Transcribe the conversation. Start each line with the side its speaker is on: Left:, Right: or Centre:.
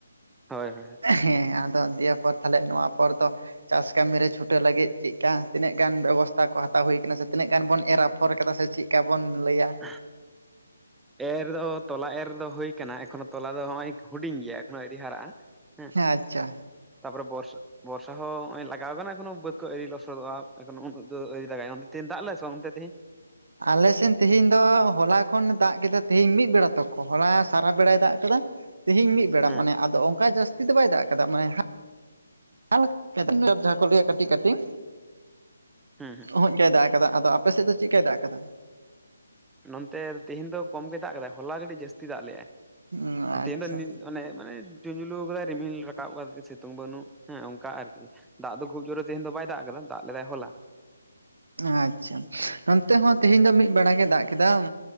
Centre: ᱦᱳᱭ ᱦᱳᱭ
Right: ᱦᱮᱸ ᱟᱫᱚ ᱫᱤᱭᱮ ᱯᱚᱨ ᱛᱟᱦᱚᱞᱮ ᱱᱚᱣᱟ ᱯᱚᱨ ᱫᱚ ᱪᱟᱥ ᱠᱟᱹᱢᱤᱨᱮ ᱪᱷᱩᱴᱟᱹ ᱞᱟᱹᱜᱤᱫ ᱪᱮᱫ ᱞᱮᱠᱟ ᱛᱤᱱᱟᱹᱜ ᱜᱟᱱ ᱵᱮᱵᱚᱥᱛᱷᱟ ᱠᱚ ᱦᱟᱛᱟᱣ ᱦᱩᱭ ᱠᱟᱱᱟ ᱥᱮ ᱛᱤᱱᱟᱹᱜ ᱜᱟᱱ ᱵᱚᱱ ᱮᱨᱟ ᱯᱷᱳᱱ ᱠᱟᱫᱟ ᱥᱮ ᱪᱮᱫ ᱞᱮᱠᱟ ᱵᱚᱱ ᱞᱟᱹᱭᱟ?
Centre: <unintelligible> ᱮᱨ ᱫᱚ ᱛᱚᱞᱟ ᱮᱨ ᱫᱚ ᱦᱩᱭ ᱠᱟᱱᱟ ᱮᱠᱷᱚᱱᱳ ᱛᱚᱞᱟ ᱫᱚ ᱱᱚᱜᱼᱚᱭ ᱦᱩᱰᱤᱧ ᱜᱮᱭᱟ᱾ ᱱᱚᱜᱼᱚᱭ ᱟᱦᱨᱤ ᱦᱟᱨᱟᱜᱼᱟ ᱦᱮᱸ
Right: ᱟᱪᱪᱷᱟ
Centre: ᱛᱟᱯᱚᱨᱮ ᱵᱚᱨᱥᱟ ᱵᱚᱨᱥᱟ ᱦᱚᱸ ᱱᱚᱜᱼᱚᱭ ᱞᱟᱜᱟᱣ ᱟᱠᱟᱱᱟ ᱮᱠᱷᱚᱱᱳ ᱵᱟᱹᱫᱽ ᱠᱚ ᱟᱣᱮ ᱞᱚᱥᱚᱫᱚᱜᱼᱟ ᱮᱠᱷᱚᱱ ᱩᱹᱜ ᱫᱚ ᱟᱣᱨᱤ ᱫᱟᱜᱽᱟᱭ ᱚᱱᱛᱮ ᱛᱮᱦᱮᱧ ᱫᱟᱜᱽ ᱞᱮ ᱟᱭ ᱥᱮ ᱵᱟᱝ ᱚᱱᱛᱮ ᱛᱮᱦᱤᱧ
Right: ᱟᱞᱮᱥᱮᱱ ᱛᱮᱦᱮᱧ ᱫᱚ ᱦᱚᱞᱟ ᱠᱷᱚᱱ ᱫᱟᱜᱽ ᱠᱮᱫᱟ ᱛᱤᱦᱮᱧ ᱢᱤᱫ ᱵᱮᱲᱟ ᱛᱚᱠᱷᱚ ᱦᱚᱞᱟ ᱥᱟᱨᱟ ᱵᱮᱲᱟᱭ ᱫᱟᱜᱽ ᱠᱟᱫᱟ᱾ ᱛᱤᱦᱤᱧ ᱢᱤᱫ ᱵᱮᱲᱟ
Centre: ᱦᱮᱸ
Right: ᱢᱟᱱᱮ ᱟᱫᱚ ᱚᱱᱠᱟ ᱡᱟᱹᱥᱛᱤ ᱫᱚ ᱵᱟᱭ ᱫᱟᱜᱽ ᱠᱟᱫᱟ ᱢᱟᱱᱮ <unintelligible> ᱡᱟᱦᱟᱸ ᱠᱚ ᱞᱟᱹᱭᱟ ᱠᱟᱹᱴᱤᱡᱽ ᱠᱟᱹᱴᱤᱡᱽ
Centre: ᱦᱩᱸ ᱦᱩᱸ
Right: ᱢᱚᱡᱽ ᱜᱮ ᱫᱟᱜᱽ ᱟᱠᱟᱫᱟ ᱟᱫᱚ ᱟᱯᱮᱥᱮᱫ ᱫᱚ ᱪᱮᱫᱠᱟᱭ ᱫᱟᱜᱽ ᱟᱠᱟᱫᱟ?
Centre: ᱱᱚᱱᱛᱮ ᱛᱮᱦᱤᱧ ᱫᱚ ᱠᱚᱢ ᱜᱮᱭ ᱫᱟᱜᱽ ᱠᱟᱫᱟᱭ ᱦᱚᱞᱟ ᱠᱟᱹᱴᱤᱡᱽ ᱡᱟᱹᱥᱛᱤ ᱫᱟᱜᱽ ᱞᱮᱫᱜᱟᱭ
Right: ᱩᱸ ᱟᱪᱪᱷᱟ
Centre: ᱛᱮᱦᱮᱧ ᱫᱚ ᱚᱱᱮ ᱢᱟᱱᱮ ᱡᱩᱡᱩᱞᱩ ᱟᱠᱟᱫ ᱨᱤᱢᱦᱤᱞ ᱨᱟᱠᱟᱵ ᱠᱟᱛᱮ ᱥᱤᱛᱩᱝ ᱵᱟᱹᱱᱩᱜ ᱦᱮᱸ ᱚᱱᱠᱟ ᱟᱨᱠᱤ ᱫᱟᱜᱽ ᱫᱚ ᱠᱷᱩᱵ ᱡᱳᱨᱮ ᱛᱮᱦᱮ ᱫᱚ ᱵᱟᱭ ᱫᱟᱜᱽ ᱠᱟᱫᱟ ᱫᱟᱜᱽ ᱞᱮᱫᱟᱭ ᱦᱚᱞᱟ
Right: ᱟᱪᱪᱷᱟ
Centre: ᱚᱱᱠᱟ
Right: ᱱᱚᱱᱛᱮ ᱦᱚᱸ ᱛᱮᱤᱦᱤᱧ ᱫᱚ ᱢᱤᱫ ᱵᱮᱲᱟᱮ ᱫᱟᱜᱽ ᱠᱮᱫᱟ